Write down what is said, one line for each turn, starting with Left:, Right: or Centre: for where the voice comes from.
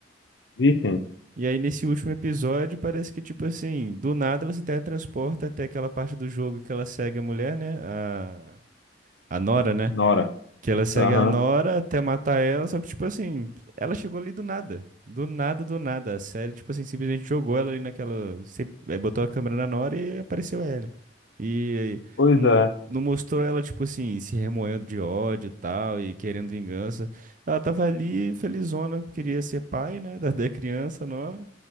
Left: Vicente,
Right: E aí nesse último episódio, parece que, tipo assim, do nada ela se teletransporta até aquela parte do jogo que ela segue a mulher, né? A, a Nora, né?
Left: Nora.
Right: Que ela segue
Left: Aham.
Right: a Nora até matar ela, só que, tipo assim, ela chegou ali do nada. Do nada, do nada. A série, tipo assim, simplesmente jogou ela ali naquela. sem- eh, Botou a câmera na Nora e apareceu ela. E aí,
Left: Pois
Right: não,
Left: é,
Right: não mostrou ela, tipo assim, se remoendo de ódio e tal, e querendo vingança. Ela tava ali, felizona, queria ser pai, né, <laughs> da, da criança nova.